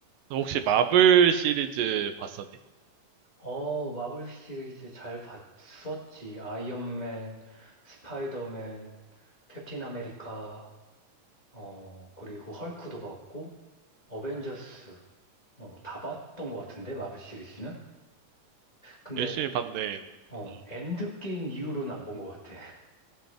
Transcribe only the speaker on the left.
어, 마블 시리즈 잘 봤었지. 아이언맨, 스파이더맨, 캡틴 아메리카, 어, 그리고 헐크도 봤고, 어벤져스, 어, 다 봤던 것 같은데, 마블 시리즈는? 근데,
어,
엔드게임 이후로는 안 본 것 같아.